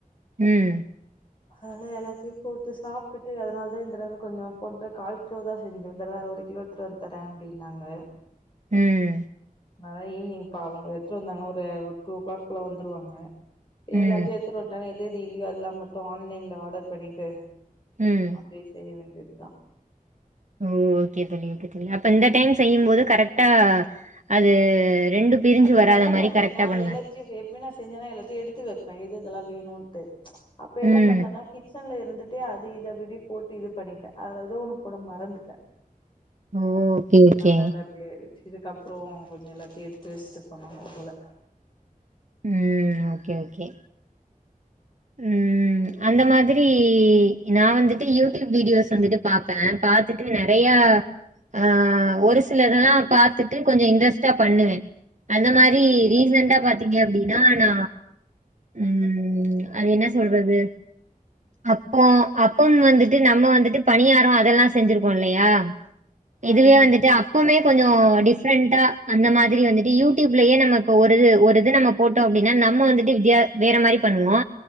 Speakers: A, on the right; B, on the left.
A: ம்
B: அதனால எல்லாத்தையு போட்டு சாப்ட்டுட்டு அதனால தா இந்த தடவ கொஞ்ச போன தடவ கால் கிலோ தா செஞ்சோ இந்த தடவ ஒரு கிலோ எடுத்துட்டு வந்தர அப்டின்னாங்க
A: ம்
B: அதா ஈவினிங் பாவ அவுங்க எடுத்துட்டு வந்தாங்கன்னா ஒரு டூ ஓ கிளாக் போல வந்துருவாங்க
A: ம்
B: ஏல்லாத்தையு எடுத்துட் வன்ட்டே எது எது இல்லியோ அதெல்லா மட்டு ஆன்லைன்ல ஆடர் பண்ணிட்டு
A: ம்.
B: அப்டியே செய்ய வேண்டியத்தா
A: ஓ ஓகே தோழி ஓகே தோழி அப்ப இந்த டைம் செய்யும் போது கரெக்டா அது ரெண்டு பிரிஞ்சு
B: அது
A: வராத
B: நா என்ன
A: மாரி
B: பண்ட்டேன்னா
A: கரெக்டா பண்ணுங்க
B: எல்லத்தையு எப்பியு நா செஞ்சனா எல்லாத்தையு எடுத்து வைப் பே எது எதெல்லா வேணுன்ட்டு அப்ப என்ன
A: ம்
B: பண்டன்னா கிச்சன்ல இரு மறந்துட்டே அது இத அப்டி அப்டி போட்டு இது பண்ணிட்டே அதல ஏதோ ஒன்னு போட மறந்துட்டே
A: ஓ ஓகே ஓகே
B: அதனால அப்டியாயிருச்சு இதுக்கப்றோ கொஞ்ச எல்லாத்தையு எடுத்து வஷ்ட்டு பண்ணனு போல
A: ம் ஓகே ஓகே ம் அந்த மாதிரி நா வந்துட்டு யூடியூப் வீடியோஸ் வந்துட்டு பாப்பே பாத்து ட்டு நெறையா ஆ ஒரு சிலதெல்லா பாத்துட்டு கொஞ்ச இன்ட்ரெஸ்டா பண்ணுவே அந்த மாரி ரீசண்டா பாத் த்தீங்க அப்டின்னா நா ம் அது என்ன சொல்றது அப்போ அப்பம் வந்துட்டு நம்ம வந்துட்டு பணியாரோ அதெல்லா செஞ்சிருப்போல்லயா
B: ம்
A: இதுவே வந்துட்டு அப்பமே கொஞ்சோ டிஃப்ரெண்ட்டா அந்த மாதிரி வந்துட்டு யூடியூப்லயே நம்ம இப்ப ஒரு ஒரு து நம்ம போட்டோ அப்டின்னா நம்மோ வந்துட்டு வித்யா வேற மாறி பண்ணுவோ